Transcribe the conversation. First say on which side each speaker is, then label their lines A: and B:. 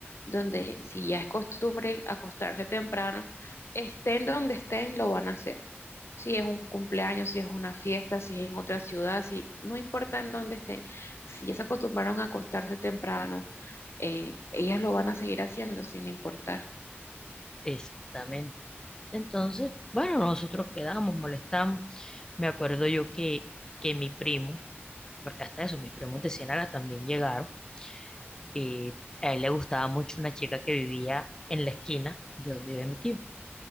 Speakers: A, on the left; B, on the left.
A: donde si ya es costumbre acostarse temprano, estén donde estén, lo van a hacer. Si es un cumpleaños, si es una fiesta, si es en otra ciudad, si no importa en dónde estén, si ya se acostumbraron a acostarse temprano, eh, ellas lo van a seguir haciendo sin importar.
B: Exactamente. Entonces, bueno, nosotros quedamos, molestamos. Me acuerdo yo que, que mi primo, porque hasta eso, mis primos de Ciénaga también llegaron, y a él le gustaba mucho una chica que vivía en la esquina de donde vive mi tío.